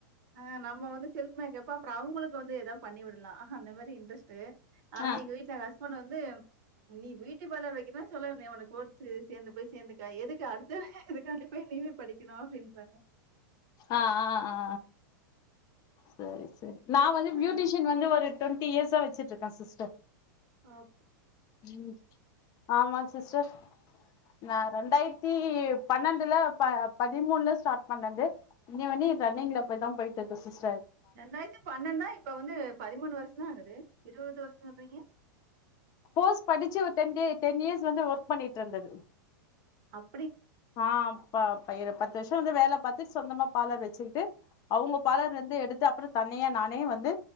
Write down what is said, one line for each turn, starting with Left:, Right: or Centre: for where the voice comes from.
Right: அ நம் நம்ம வந்து செல்ஃப் மேக்கப்பா அப்றொ அவங்களுக்கு வந்து எதா பண்ணி விடலா அந்த மாரி இன்ட்ரஸ்ட்டு ஆனா
Left: ஆ
Right: எங்க வீட்டுல எங்க ஹஸ்பண்ட் வந்து நீ பியூட்டி பார்லர் வக்கனா சொல்லே உன்ன கோர்ஸ் சேர்ந்து போய் சேர்ந்துக்க எதுக்கு அடுத்த எதுக்காண்டி போய் நீவே படிக்கணு அப்படின்றாங்க
Left: ஆ ஆ ஆ சரி சரி நா வந்து
Right: ஆ.
Left: பியூட்டிஷியன் வந்து ஒரு டொண்ட்டி இயர்ஸா வச்சிட்றுக்கே சிஸ்டர்
Right: ஆ
Left: உ ஆமா சிஸ்டர் நா ரெண்டாயிரத் தி பன்னெண்டுல பதிமூணுல ஸ்டார்ட் பண்ணது இன்ன வடரி ரன்னிங்ல போய் தா போயிட்டு இருக்கு சிஸ்
Right: ரென்டாய்த்தி பண்ணனா இப்ப வந்து பதிமூணு வருஷ தா ஆகுது இருவது வருஷோ சொல்றீங்க
Left: கோர்ஸ் படிச்சு ஒரு டென் டே டென் இயர்ஸ் வந்து ஒர்க் பண்ணிட்டு இருந்தது
Right: அப்
Left: ஆ அப்ப பயிர பத் வருஷ வந்து வேலப்பாத்துட்டு சொந்தமா பாலர் வச்சுட்டு அவுங்க பாலர்ல இருந்து எடுத்து அப்றோ தனியா நானே வந்து